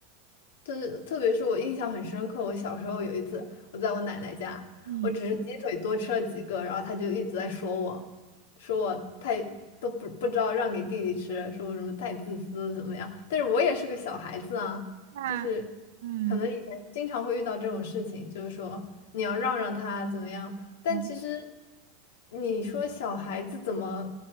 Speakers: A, on the left; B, on the right.
A: 对，特别是我印象很深刻，我小时候有一次，我在我奶奶家，
B: 嗯，
A: 我只是鸡腿多吃了几个，然后她就一直在说我，说我太都不不知道让给弟弟吃，说我什么太自私怎么样，但是我也是个小孩子啊，
B: 那
A: 就是
B: 嗯，
A: 可能以前经常会遇到这种事情，就是说你要让让他怎么样，但其实
B: 哦，
A: 你说小孩子怎么